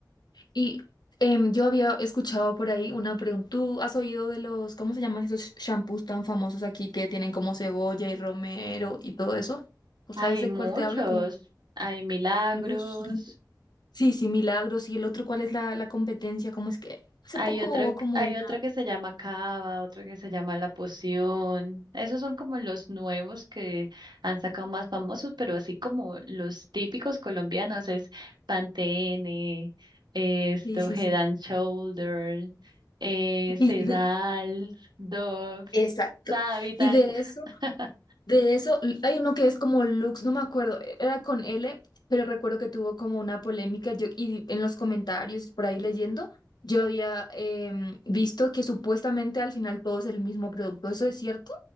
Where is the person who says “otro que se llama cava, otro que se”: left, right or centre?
Right